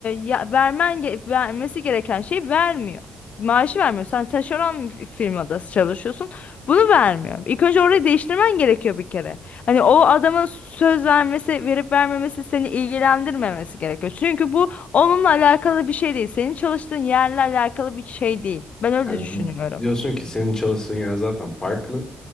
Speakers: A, on the left (about 60°); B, on the left (about 25°).
A: ya, vermen ge- vermesi gereken şeyi vermiyor. Maaşı vermiyor. Sen taşeron bir firmada çalışıyorsun. Bunu vermiyor. İlk önce orayı değiştirmen gerekiyor bir kere. Hani o adamın söz vermesi, verip vermemesi seni ilgilendirmemesi gerekiyor. Çünkü bu Onunla alakalı bir şey değil. Senin çalıştığın yerle alakalı bir şey değil. Ben öyle
B: Yani
A: düşünüyorum.
B: diyorsun ki senin çalıştığın yer zaten farklı.